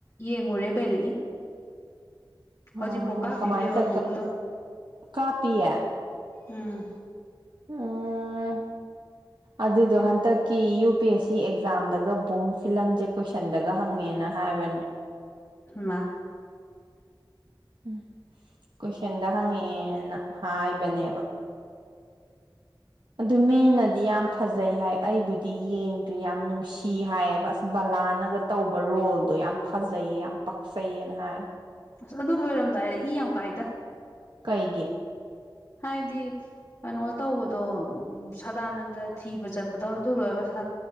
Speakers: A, on the left (about 40°); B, on the right (about 65°).
A: ꯌꯦꯡꯉꯨꯔꯦ ꯀꯩꯅꯣ ꯏ
B: ꯑꯣ
A: ꯍꯧꯖꯤꯛ ꯐꯥꯎ ꯀꯥꯞꯄꯤ
B: ꯀꯃꯥꯏꯅ
A: ꯏꯕꯦꯃꯥ
B: ꯇ
A: ꯕꯨꯡ ꯗꯣ
B: ꯀꯥꯞꯄꯤꯌꯦ
A: ꯎꯝ
B: ꯎꯝ ꯑꯗꯨꯗꯣ ꯍꯟꯗꯛꯀꯤ ꯌꯨ ꯄꯤ ꯑꯦꯁ ꯁꯤ ꯑꯦꯛꯖꯥꯝꯗꯒ ꯕꯨꯡ ꯐꯤꯂꯝꯁꯦ ꯀꯣꯏꯁꯟꯗꯒ ꯍꯪꯉꯦꯅ ꯍꯥꯏ ꯍꯥꯢꯕꯅꯦ
A: ꯃꯥ
B: <unintelligible> ꯎꯝ ꯀꯣꯏꯁꯟꯗ ꯍꯪꯉꯛꯑꯦꯅ ꯍꯥꯏꯕꯅꯦꯕ ꯑꯗꯨ ꯃꯤꯅꯗꯤ ꯌꯥꯝ ꯐꯖꯩ ꯍꯥꯏ ꯑꯩꯕꯨꯗꯤ ꯌꯦꯡꯗ꯭ꯔꯤ ꯌꯥꯝ ꯅꯨꯡꯁꯤ ꯍꯥꯏꯌꯦꯕ ꯑꯁ ꯕ ꯕꯥꯂꯥ ꯅꯒ ꯇꯧꯕ ꯔꯣꯜꯗꯣ ꯌꯥꯝ ꯐꯖꯩꯌꯦ ꯌꯥꯝ ꯄꯥꯛꯆꯩꯌꯦꯅ ꯍꯥꯏ
A: ꯑꯁ ꯑꯗꯨ ꯂꯣꯏꯔꯝꯗꯥꯏꯗ ꯏ ꯌꯥꯝ ꯀꯥꯏꯗ
B: ꯀꯩꯒꯤ
A: ꯍꯥꯏꯗꯤ ꯀꯩꯅꯣ ꯇꯧꯕꯗꯣ ꯁꯥꯗꯥꯅꯟꯗ ꯊꯤꯕ ꯆꯠꯄꯗꯣ ꯑꯗꯨ ꯂꯣꯏꯔꯒ